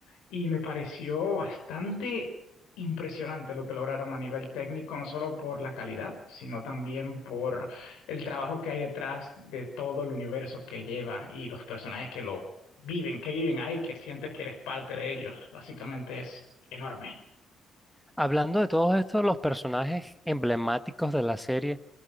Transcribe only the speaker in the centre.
Hablando de todos estos, los personajes emblemáticos de la serie,